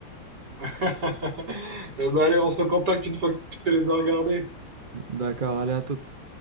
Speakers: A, on the right; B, on the right.
A: <laughs> Eh ben allez, on se recontacte une fois que tu les as regardés.
B: D'accord, allez à toutes.